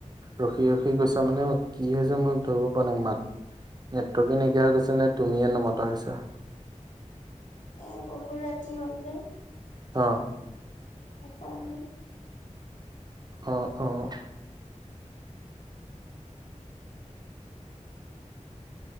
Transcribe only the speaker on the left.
এ বহু ৰাতি হল যে।
সেই কাৰণে।